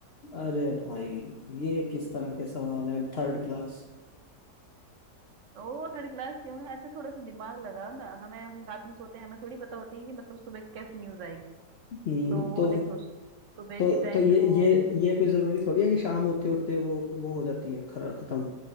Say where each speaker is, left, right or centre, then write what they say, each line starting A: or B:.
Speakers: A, on the left; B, on the right.
A: अरे भाई ये किस तरह के सवाल हैं थर्ड क्लास
B: ओ थर्ड क्लास क्यों है अच्छा थोड़ा सा दिमाग लगाओ ना हमें हम रात में सोते हैं हमें थोड़ी पता होती है कि मतलब सुबह कैसी न्यूज आएगी
A: हम्म
B: तो वो
A: तो
B: देखो सुबह
A: तो
B: के टाइम
A: तो ये
B: फिर वो
A: ये ये कोई जरूरी थोड़ी है कि शाम होते होते वो वो हो जाती है खर खत्म